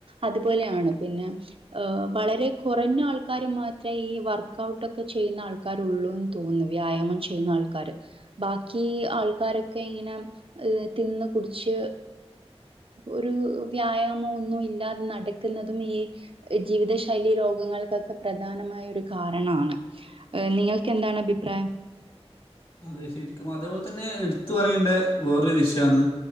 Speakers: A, on the right (about 55°); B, on the left (about 55°).
A: അതുപോലെയാണ് പിന്നെ ഹ് വളരെ കുറഞ്ഞ ആൾക്കാര് മാത്ര ഈ വർക്ക്ഔട്ടൊക്കെ ചെയ്യുന്ന ആൾക്കാ ആൾക്കാറുളളന്ന് തോന്നുന്നു വ്യായാമം ചെയ്യുന്ന ആൾക്കാാര് ബാക്കി ആൾക്കാരൊക്കെ ഇങ്ങനെ തിന്ന് കുടിച്ച് ഒരു വ്യായാമം ഒന്നും ഇല്ലാതെ നടക്കുന്നതും ഈ ജീവിതശൈലി രോഗങ്ങൾക്കൊക്കെ പ്രധാനമായ ഒരു കാരണമാണ് ഹ നിങ്ങൾക്ക് എന്താണ് അഭിപ്രായം
B: അതെ ശരിക്കും അതേപോലെ തന്നെ എടുത്ത പറയേണ്ട വേറൊരു വിഷയാണ്